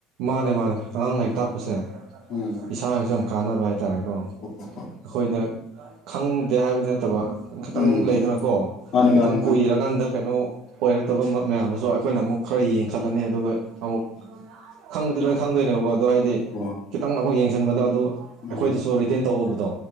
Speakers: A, on the right (about 70°); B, on the left (about 50°).
A: ꯃꯥꯅꯦ ꯃꯥꯅꯦ ꯑꯉꯥꯡ ꯂꯥꯏꯔꯤꯛ ꯇꯥꯛꯄ ꯄꯣꯠꯁꯦ
B: ꯎꯝ
A: ꯏꯁꯥꯒꯁꯨꯦ ꯌꯥꯝ ꯀꯥꯟꯅꯕ ꯍꯥꯏꯇꯥꯔꯦꯀꯣ ꯑꯩꯈꯣꯏꯅ
B: ꯍꯣꯏ ꯍꯣꯏ ꯍꯣꯏ
A: ꯈꯪꯗꯦ ꯍꯥꯏꯕꯗꯤ ꯅꯠꯇꯕ ꯈꯤꯇꯪ
B: ꯎꯝ
A: ꯂꯩꯗꯅꯀꯣ
B: ꯃꯥꯅꯤ
A: ꯈꯤꯇꯪ
B: ꯃꯥꯅꯤ ꯃꯥꯅꯤ
A: ꯀꯨꯏꯔꯀꯥꯟꯗ ꯀꯩꯅꯣ ꯑꯣꯏꯔꯛꯇꯕ ꯃꯌꯥꯝꯗꯨꯁꯨ ꯑꯩꯈꯣꯏꯅ ꯑꯃꯨꯛ ꯈꯔ ꯌꯦꯡꯈꯠꯂꯅꯤ ꯑꯗꯨꯒ ꯑꯃꯨꯛ ꯈꯪꯕꯗꯤ ꯂꯣꯏ ꯈꯪꯗꯣꯏꯅꯦꯕꯀꯣ ꯑꯗꯣ ꯍꯥꯏꯗꯤ
B: ꯑꯣ
A: ꯈꯤꯇꯪ ꯑꯃꯨꯛ ꯌꯦꯡꯁꯤꯟꯕꯗꯣ ꯑꯗꯨ
B: ꯎꯝ
A: ꯑꯩꯈꯣꯏꯗꯁꯨ ꯔꯤꯇꯦꯟ ꯇꯧꯍꯧꯕꯗꯨ